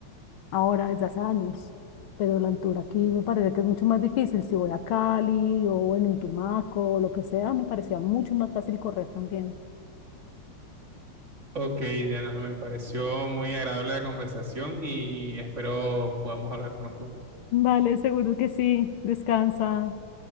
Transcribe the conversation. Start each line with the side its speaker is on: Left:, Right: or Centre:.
Left: ahora desde hace años, pero la altura aquí me parece que es mucho más difícil. Si voy a Cali o en un Tumaco o lo que sea, me parecía mucho más fácil correr también.
Right: Ok, Indiana, me pareció muy agradable la conversación y espero podamos hablar pronto.
Left: Vale, seguro que sí. Descansa.